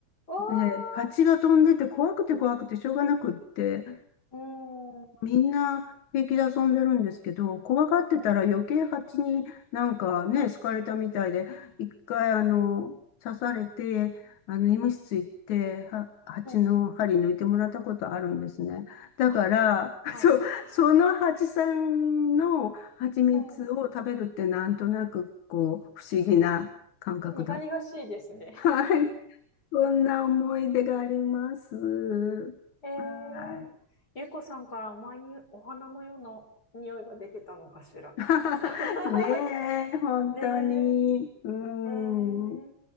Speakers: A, on the left; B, on the left.
A: わ
B: で、蜂が飛んでて怖くて怖くてしょうがなくって、
A: うーん、う
B: みんな平気で遊んでるんですけど、怖がってたら余計蜂になんかね、
A: ん、
B: 好かれたみたいで、一回あの、刺されて、あの、医務室行って、は、蜂の針抜いてもらったことあるんですね。
A: うん。
B: だから、
A: あ、
B: <laughs>
A: あ
B: そう、その蜂さんの蜂蜜を食べるってなんとなくこう、
A: あ、うん。
B: 不思議な感覚だ。
A: 苦々しいですね。
B: はい。そんな思い出があります。
A: <laughs> ええゆうこさんから前にお花のような匂いが出てたのかしら。
B: はい。<laughs>
A: <laughs>
B: ねえ、本当に。
A: ね
B: うん。
A: え、ええ